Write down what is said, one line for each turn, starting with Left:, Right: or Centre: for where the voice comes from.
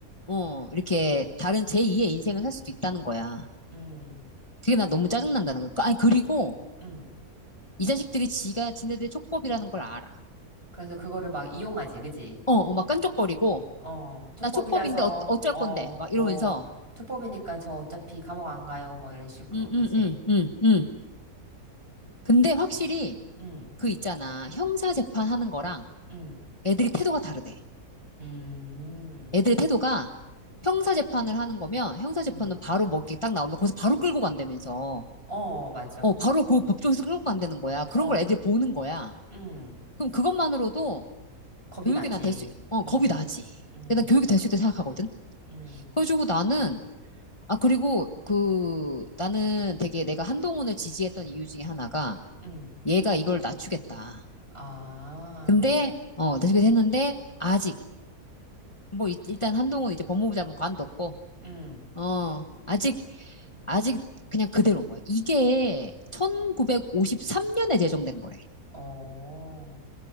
Left: 어, 이렇게 다른 제2의 인생을 살 수도 있다는 거야.
Right: 음,
Left: 그게 난 너무 짜증난다는 거야. 그, 아니, 그리고
Right: 음.
Left: 이 자식들이 지가 지네들의 촉법이라는 걸 알아.
Right: 그래서 그거를 막 이용하지, 그치?
Left: 어, 어, 막 깐족거리고,
Right: 어, 촉법이라서,
Left: 나 촉법인데 어, 어쩔
Right: 어,
Left: 건데, 막
Right: 뭐,
Left: 이러면서,
Right: 촉법이니까 저 어차피 감옥 안 가요, 뭐, 이런 식으로,
Left: 응,
Right: 그치?
Left: 응, 응, 응, 응. 근데 확실히
Right: 음,
Left: 그 있잖아. 형사 재판하는 거랑
Right: 음,
Left: 애들이 태도가 다르대.
Right: 음,
Left: 애들의 태도가 형사 재판을 하는 거면 형사 재판은
Right: 음.
Left: 바로 뭐 이렇게 딱 나오면 거기서 바로 끌고 간다면서.
Right: 어, 맞아.
Left: 어, 바로 그 법정에서 끌고 간다는 거야. 그런
Right: 어,
Left: 걸
Right: 그-
Left: 애들이 보는 거야.
Right: 음.
Left: 그럼 그것만으로도
Right: 겁이
Left: 교육이
Right: 나지.
Left: 난 될 수, 어,
Right: 음,
Left: 겁이 나지.
Right: 음,
Left: 그러니까 난 교육이 될 수 있다 고 생각하거든.
Right: 음.
Left: 그래가지고 나는, 아, 그리고 그, 나는 되게 내가 한동훈을 지지했던 이유 중에 하나가
Right: 응.
Left: 얘가 이걸 낮추겠다.
Right: 아,
Left: 근데, 어, 낮추겠다 했는데, 아직, 뭐, 이- 일단 한동훈 이제 법무부 장관 관뒀고,
Right: 응.
Left: 어, 아직, 아직 그냥 그대로인 거야. 이게 1953년에 제정된 거래.
Right: 어,